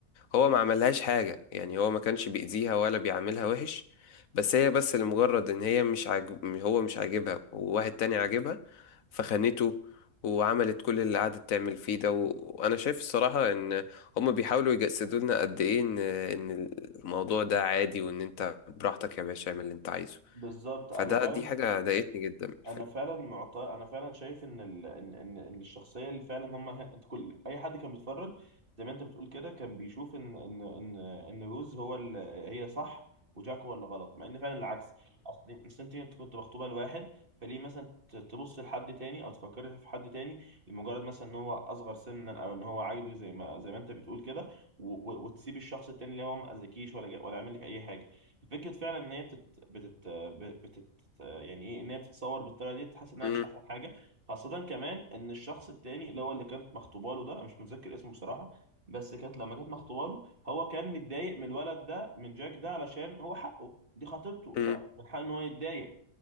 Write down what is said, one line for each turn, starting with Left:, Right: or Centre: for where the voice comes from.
Left: هو ما عملهاش حاجة يعني هو ما كانش بيأذيها ولا بيعاملها وحش بس هي بس لمجرد ان هي مش عاجب هو مش عاجبها وواحد تاني عاجبها فخانته وعملت كل اللي قعدت تعمل فيه ده و... وانا شايف الصراحة ان هم بيحاولوا يجسدوا لنا قد ايه ان ان الموضوع ده عادي وان انت براحتك يا باشا اعمل اللي انت عايزه
Right: بالظبط انا
Left: فده
Right: فعلا
Left: دي حاجة ضايقتني جدا في الفيلم
Right: انا فعلا معطى انا فعلا شايف ان ال... ان ان ان الشخصيه اللي فعلا هم ه- انت كل اي حد كان بيتفرج زي ما انت بتقول كده كان بيشوف ان ان ان ان روز هو ال... هي صح وجاك هو اللي غلط مع ان فعلا العكس اصل أصل انت انت كنت مخطوبه لواحد فليه مثلا ت- تبص لحد تاني او تفكري في حد تاني لمجرد مثلا ان هو اصغر سنا او ان هو عاجبك زي ما زي ما انت بتقول كده و... و... وتسيب الشخص التاني اللي هو ما اذكيش ولا جا... ولا عامل لك اي حاجه فكره فعلا ان هي بتت... بتت... بتت... يعني ايه ان هي بتتصور بالطريقه دي تحس انها
Left: مم.
Right: مش احسن حاجه خاصه كمان ان الشخص التاني اللي هو اللي كانت مخطوبه له ده أنا مش متذكر اسمه بصراحه بس كانت لما كانت مخطوبه له هو كان متضايق من الولد ده من جاك ده علشان هو حقه دي خطيبته
Left: مم.
Right: فمن حقه ان هو يتضايق